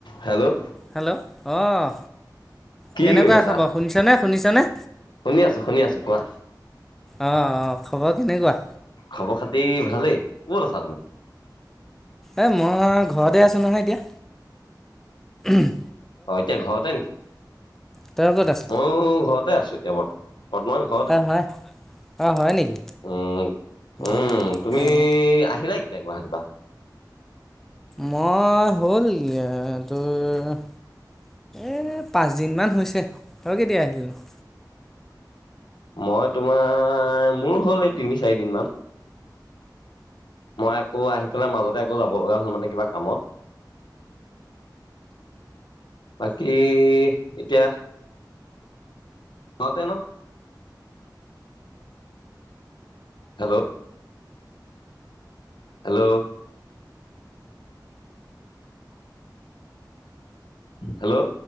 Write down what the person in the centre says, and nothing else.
Hello অঁ
কেনেকুৱা
খবৰ শুনিছেনে শুনিছেনে।
অঁ অঁ খবৰ কেনেকুৱা।
এই মই ঘৰতে আছো নহয় এতিয়া উমহ।
তই ক'ত আছ
অ মই অহ হয় নিকি
অঁহ
অঁহ।
মই হ'ল য়া তোৰ এ পাঁচদিন মান হৈছে তই কেতিয়া আহিলি নো?
<inaudible>